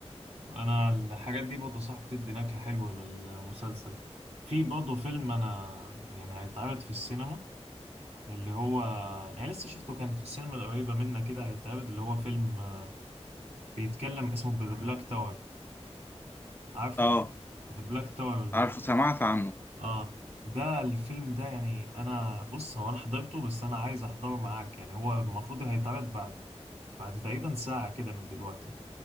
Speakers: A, on the right; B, on the left.
A: انا الحاجات دي برضه صح بتدي نكهة حلوة للمسلسل في برضه فيلم انا يعني هيتعرض في السينما اللي هو يعني لسه شفته كان في السينما القريبة منا كده هيتعرض اللي هو فيلم آه، بيتكلم اسمه ذا بلاك تاور عارفه؟
B: اه
A: ذا بلاك تاور
B: عارفه سمعت عنه
A: اه ده الفيلم ده يعني انا بص هو انا حضرته بس انا عايز احضره معاك يعني هو المفروض هيتعرض بعد بعد تقريبا ساعة كده من دلوقتي